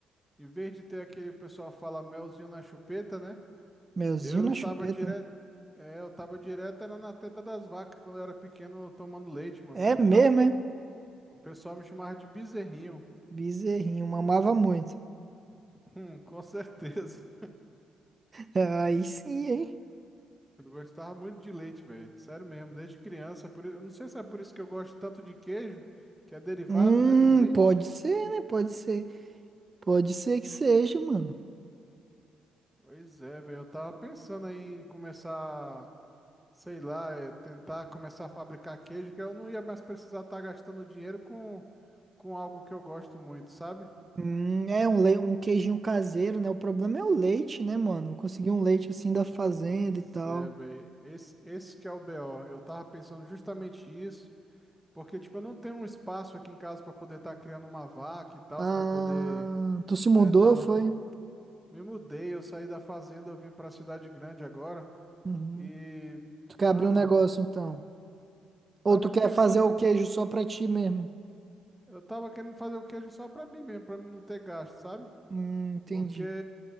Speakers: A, in the centre; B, on the right.
A: em vez de ter aquele o pessoal fala melzinho na chupeta, né?
B: Melzinho
A: Eu
B: na
A: tava
B: chupeta.
A: direto. É, eu tava direto, era na teta das vacas quando eu era pequeno tomando leite, mano.
B: É
A: De
B: mesmo,
A: tão.
B: é?
A: O pessoal me chamava de bezerrinho. <laughs>
B: Bezerrinho, mamava muito.
A: Hum, com certeza.
B: Aí sim, hein?
A: Eu gostava muito de leite, velho. Sério mesmo, desde criança. Por... i- Eu não sei se é por isso que eu gosto tanto de queijo, que é derivado,
B: Hum,
A: né, do leite.
B: pode ser, né? Pode ser. Pode ser que seja, mano.
A: Pois é, velho. Eu tava pensando aí em começar, sei lá, é, tentar começar a fabricar queijo, que eu não ia mais precisar estar gastando dinheiro com, com algo que eu gosto muito, sabe?
B: Hum, é um, le... um queijinho caseiro, né? O problema é o leite, né, mano? Conseguir um leite assim da fazenda
A: Pois
B: e tal.
A: é, velho. Esse, esse que é o BO. Eu tava pensando justamente isso, porque, tipo, eu não tenho um espaço aqui em casa pra poder estar criando uma vaca e tal,
B: Ah,
A: pra poder,
B: tu se
A: né,
B: mudou,
A: tal.
B: foi?
A: Me mudei, eu saí da fazenda, eu vim pra cidade grande agora.
B: Uhum.
A: E,
B: Tu quer
A: mano,
B: abrir um negócio, então? Ou
A: tava
B: tu quer
A: pensando,
B: fazer o
A: em-
B: queijo só pra ti mesmo?
A: eu tava querendo fazer o queijo só pra mim mesmo, pra mim não ter gasto, sabe?
B: Hum, entendi.
A: Porque